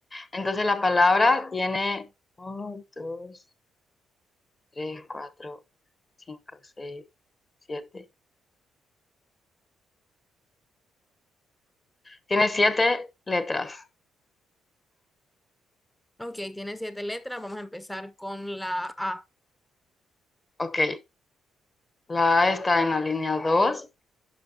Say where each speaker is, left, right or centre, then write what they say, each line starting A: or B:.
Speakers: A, on the left (about 25°); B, in the centre.
A: Entonces la palabra tiene uno, 2, 3, 4, 5, 6, 7. Tiene siete letras.
B: Ok, tiene siete letras. Vamos a empezar con la A.
A: Ok, la A está en la línea 2,